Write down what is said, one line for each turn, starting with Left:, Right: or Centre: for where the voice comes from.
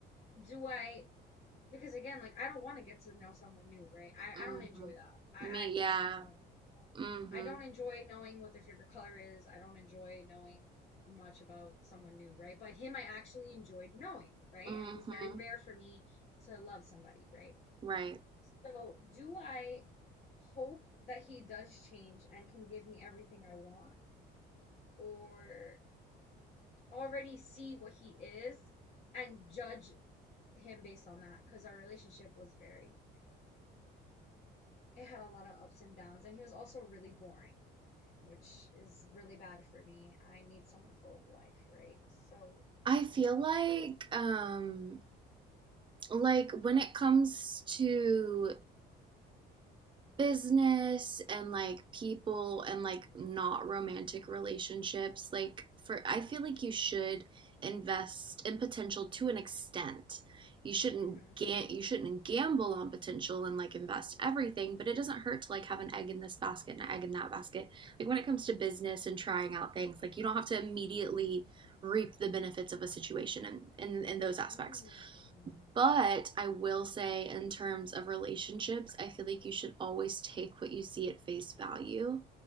Left: do I because again, like I don't want to get to know someone new, right? I, I
Right: Mm-hmm.
Left: don't enjoy that. I,
Right: Me,
Left: I personally
Right: yeah.
Left: don't enjoy it.
Right: Mm-hmm.
Left: I don't enjoy knowing what their favorite color is. I don't enjoy knowing much about someone new, right? But him I actually enjoyed knowing, right?
Right: Mm-hmm.
Left: And it was very rare for me to love somebody, right?
Right: Right.
Left: So do I hope that he does change and can give me everything I want, or already see what he is and judge him based on that? Because our relationship was very it had a lot of ups and downs, and he was also really boring, which is really bad for me. I need someone full of life, right? So,
Right: I feel like um like when it comes to business and like people and like not romantic relationships like for i feel like you should invest in potential to an extent you shouldn't
Left: hmm
Right: ga- you shouldn't gamble on potential and like invest everything but it doesn't hurt to like have an egg in this basket and an egg in that basket like when it comes to business and trying out things like you don't have to immediately reap the benefits of a situation and in, in, in those aspects
Left: Mm.
Right: but I will say, in terms of relationships, I feel like you should always take what you see at face value.